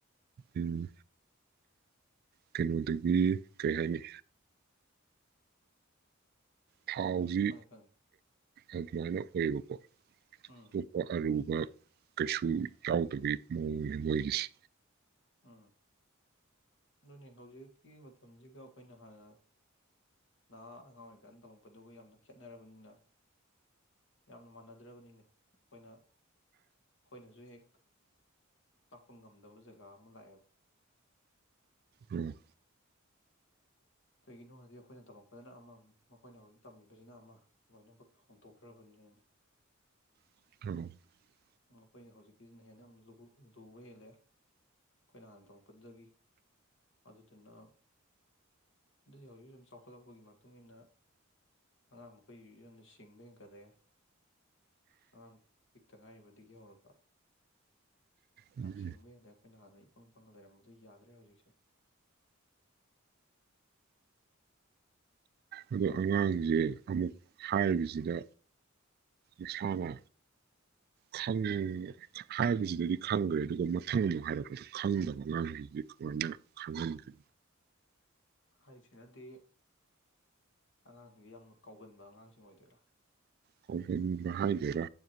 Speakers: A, on the right; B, on the left.
A: ꯎꯝ ꯀꯩꯅꯣꯗꯒꯤ ꯀꯩ ꯍꯥꯏꯅꯤ ꯊꯥꯎꯖꯤ
B: ꯎꯝ ꯈꯪꯉꯦ ꯈꯪꯉꯦ
A: ꯑꯗꯨꯃꯥꯏꯅ ꯑꯣꯏꯌꯦꯕꯀꯣ
B: ꯎꯝ
A: ꯑꯇꯣꯞꯄ ꯑꯔꯨ ꯑꯥ ꯀꯩꯁꯨ ꯌꯥꯎꯗꯕꯤ ꯃꯑꯣꯡ ꯅꯤ ꯃꯨꯒꯤꯁꯤ
B: ꯑꯥ ꯗꯨꯅꯦ ꯍꯧꯖꯤꯛꯀꯤ ꯃꯇꯝꯖꯤꯒ ꯑꯈꯣꯏꯅ ꯍꯥꯟꯅ ꯅꯍꯥ ꯑꯉꯥꯡ ꯑꯣꯏꯔꯤꯀꯥꯟ ꯇꯝꯃꯛꯄꯗꯨꯒ ꯌꯥꯝꯅ ꯈꯦꯠꯅꯔꯕꯅꯤꯅ ꯌꯥꯝꯅ ꯃꯥꯟꯅꯗ꯭ꯔꯕꯅꯤꯅꯦ ꯑꯈꯣꯏꯅ ꯑꯈꯣꯏꯩꯅꯖꯨ ꯍꯦꯛ ꯇꯥꯛꯄ ꯉꯝꯗꯕ ꯖꯒꯥ ꯑꯃ ꯂꯥꯛꯑꯦꯕ
A: ꯎꯝ
B: ꯀꯩꯒꯤꯅꯣ ꯍꯥꯏꯗꯤ ꯑꯈꯣꯏꯅ ꯇꯝꯃꯛꯄꯗꯅ ꯑꯃ ꯃꯈꯣꯏꯅ ꯍꯧꯖꯤꯛ ꯇꯝꯃꯤꯕꯖꯤꯅ ꯑꯃ ꯂꯣꯏꯅꯕꯛ ꯍꯣꯡꯗꯣꯛꯈ꯭ꯔꯕꯅꯤꯅꯅꯦ
A: <unintelligible>
B: ꯑꯥ ꯑꯈꯣꯏ ꯍꯧꯖꯤꯛꯀꯤꯖꯤꯅ ꯍꯦꯟ ꯌꯥꯝ ꯂꯨ ꯂꯨꯕ ꯍꯦꯜꯂꯦ ꯑꯈꯣꯏꯅ ꯍꯥꯟ ꯇꯝꯃꯛꯄꯗꯨꯗꯒꯤ ꯑꯗꯨꯗꯨꯅ ꯗꯨꯗꯤ ꯍꯧꯖꯤꯖꯤꯛ ꯆꯥꯎꯈꯠꯂꯛꯄꯒꯤ ꯃꯇꯨꯡ ꯏꯟꯅ ꯑꯉꯥꯡ ꯃꯈꯩ ꯌꯥꯝꯅ ꯁꯤꯡꯕ ꯍꯦꯟꯀꯠꯂꯦ ꯑꯉꯥꯡ ꯄꯤꯛꯇ ꯉꯥꯏꯔꯤꯕꯗꯒꯤ ꯍꯧꯔꯒ
A: ꯎꯝ
B: ꯌꯥꯝꯁꯤꯡꯕ
A: ꯎꯝ
B: ꯍꯦꯜꯂꯦꯞ ꯈꯣꯏꯅ ꯍꯥꯟꯅ ꯏꯄꯪ ꯄꯪꯉ ꯂꯩꯔꯝꯕꯗꯣ ꯌꯥꯗ꯭ꯔꯦ ꯍꯧꯖꯤꯛꯁꯦ
A: ꯑꯗꯣ ꯑꯉꯥꯡꯖꯦ ꯑꯃꯨꯛ ꯍꯥꯏꯕꯖꯤꯗ ꯏꯁꯥꯅ ꯈꯪ ꯍꯥꯏꯕꯖꯤꯗꯗꯤ ꯈꯪꯒꯔ꯭ꯦ ꯑꯗꯨꯒ ꯃꯊꯪ ꯑꯃꯨꯛ ꯍꯥꯏꯔꯛꯄꯗ ꯈꯪꯗꯕ ꯑꯉꯥꯡꯒꯩꯖꯤꯗꯤ ꯀꯃꯥꯏꯅ ꯈꯪꯍꯟꯒꯦ
B: ꯍꯥꯏꯁꯤꯅꯗꯤ ꯑꯉꯥꯡꯁꯤꯡꯁꯤ ꯌꯥꯝꯅ ꯀꯥꯎꯒꯟꯕ ꯑꯉꯥꯡꯁꯤꯡ ꯑꯣꯏꯗꯣꯏꯔꯥ
A: ꯀꯥꯎꯒꯟꯕ ꯍꯥꯏꯗꯣꯏꯔꯥ